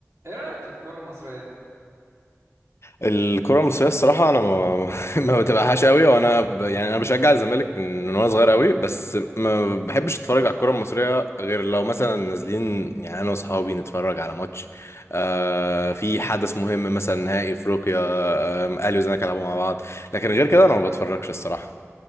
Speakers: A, on the right (about 65°); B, on the left (about 60°).
A: ايه رأيك في الكرة المصرية؟
B: الكرة المصرية الصراحة أنا ما, <laughs> ما بتابعهاش قوي وأنا ب... يعني أنا بشجع الزمالك من... من وأنا صغير قوي بس ما بحبش أتفرج على الكرة المصرية غير لو مثلا نازلين يعني أنا وأصحابي نتفرج على ماتش آه في حدث مهم مثلا نهائي أفريقيا آه الأهلي والزمالك يلعبوا مع بعض لكن غير كده أنا ما بتفرجش الصراحة